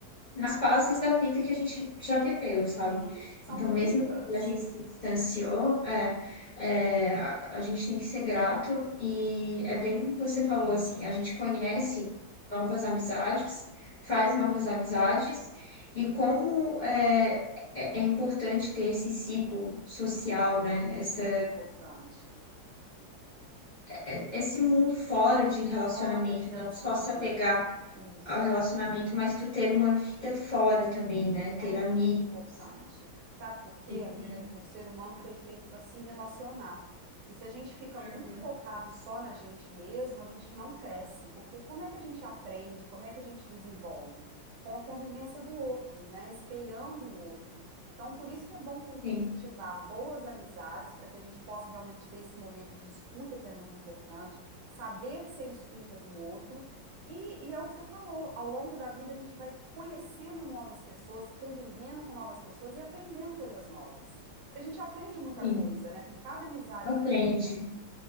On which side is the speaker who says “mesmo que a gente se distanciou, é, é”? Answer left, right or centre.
Left